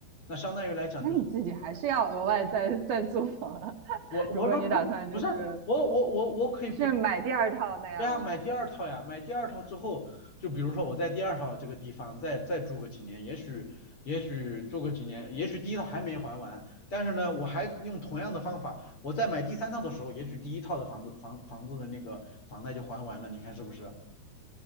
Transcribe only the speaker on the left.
那相当于来讲就是
我我不不不是我我我我可以不，
对啊，买第二套呀，买第二套之后，就比如说我在第二套这个地方再再住个几年，也许也许住个几年，也许第一套还没还完，但是呢，我还用同样的方法，我在买第三套的时候，也许第一套的房子房房子的那个房贷就还完了，你看是不是？